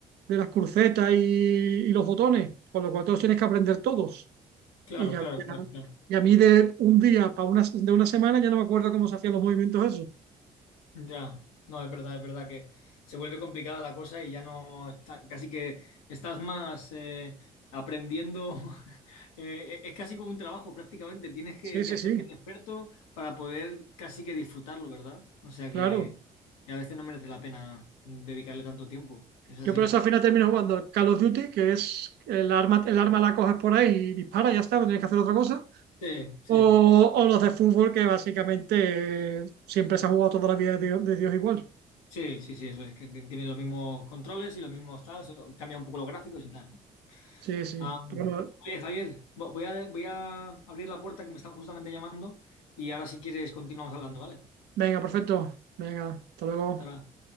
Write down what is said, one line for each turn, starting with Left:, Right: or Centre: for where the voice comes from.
Right: de las crucetas y, y los botones, con lo cual todos tienes que aprender todos.
Left: claro,
Right: Y ya,
Left: claro,
Right: ya-
Left: claro, claro.
Right: y a mí de un día para una, de una semana ya no me acuerdo cómo se hacían los movimientos esos.
Left: Ya, no, es verdad, es verdad que se vuelve complicada la cosa y ya no está, casi que estás más eh, aprendiendo, <laughs> eh, es casi como un trabajo prácticamente, tienes que,
Right: Sí, sí,
Left: que hacerte
Right: sí,
Left: un experto para poder casi que disfrutarlo, ¿verdad? O sea
Right: claro.
Left: que, que a veces no merece la pena dedicarle tanto tiempo, es así.
Right: Yo por eso al final termino jugando al Call of Duty, que es el arma, el arma la coges por ahí y dispara, ya está, no tienes que hacer otra cosa.
Left: Sí, sí,
Right: O, o los de fútbol, que básicamente eh, siempre se ha jugado toda la vida de Dios, de Dios igual.
Left: sí, sí, sí, eso es, que tienen los mismos controles y los mismos tal, solo cambia un poco los gráficos y tal.
Right: Sí, sí.
Left: Ah,
Right: Pero bueno,
Left: oye, Javier, vo- voy a, voy a abrir la puerta que me están justamente llamando y ahora si quieres continuamos hablando, ¿vale?
Right: venga, perfecto. Venga, hasta luego.
Left: Tara.